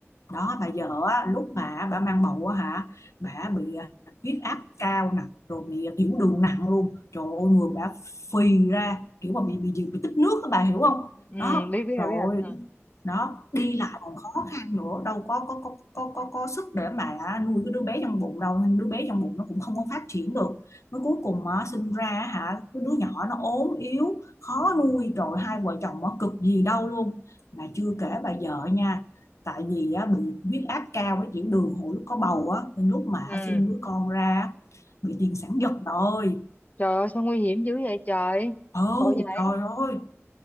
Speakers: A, on the left (about 75°); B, on the left (about 30°).
A: đó bà vợ á, lúc mà bà mang bầu á hả bà bị à, huyết áp cao nè rồi bị à, tiểu đường nặng luôn trời ơi người bà phì ra kiểu mà bị bị bị, bị tích nước á bà hiểu không
B: ừ
A: đó
B: biết biết rồi
A: rồi
B: biết rồi ừ
A: đó đi lại còn khó khăn nữa đâu có có có có có, có sức để mà à, nuôi cái đứa bé trong bụng đâu nên đứa bé trong bụng nó cũng không có phát triển được mới cuối cùng á, sinh ra hả cái đứa nhỏ nó ốm yếu khó nuôi rồi hai vợ chồng nó cực gì đâu luôn mà chưa kể bà vợ nha tại vì á, bị huyết áp cao với tiểu đường hồi lúc có bầu á nên lúc mà
B: ừ
A: sinh đứa con ra á, bị tiền sản giật rồi
B: trời ơi sao nguy hiểm dữ vậy trời
A: ừ
B: tội vậy
A: trời ơi